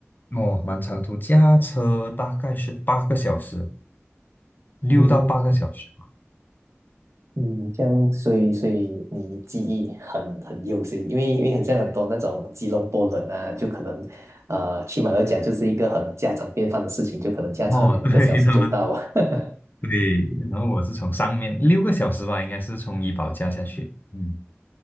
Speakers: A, on the left; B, on the right.
A: 哦，蛮长途，驾车大概是八个小时，六到八个小时。
B: 嗯嗯，这样，所以所以你记忆很很用心，因为因为很像很多那种吉隆坡人啊，就可能呃去马六甲就是一个很家常便饭的事情，就可能驾车两个小时就到。
A: 哦，<laughs> 对，他们，
B: <laughs>
A: 对，然后我是从上面六个小时吧，应该是从怡保驾下去。嗯，